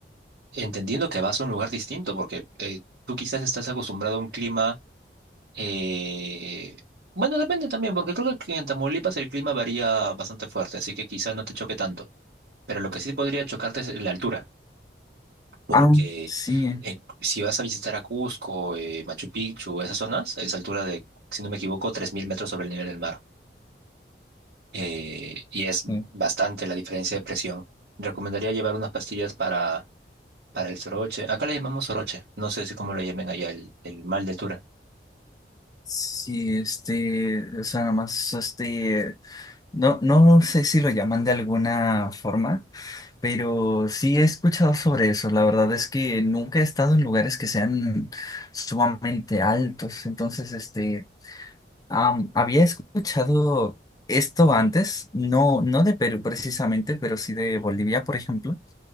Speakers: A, on the right; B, on the left.
A: entendiendo que vas a un lugar distinto, porque eh, tú quizás estás acostumbrado a un clima, eh, bueno, depende también, porque creo que en Tamaulipas el clima varía bastante fuerte, así que quizás no te choque tanto, pero lo que sí podría chocarte es la altura, porque
B: ah, sí,
A: eh, si vas a visitar a Cusco, eh, Machu Picchu, esas zonas, es altura de, si no me equivoco, 3.000 metros sobre el nivel del mar, eh, y es
B: sí,
A: bastante la diferencia de presión. Recomendaría llevar unas pastillas para Para el soroche. Acá le llamamos soroche. No sé si cómo lo llamen allá, el, el mal de altura.
B: sí, este, o sea, nada más, este, no, no sé si lo llaman de alguna forma Pero sí he escuchado sobre eso. La verdad es que nunca he estado en lugares que sean sumamente altos. Entonces, este, am, había escuchado esto antes, no, no de Perú precisamente, pero sí de Bolivia, por ejemplo.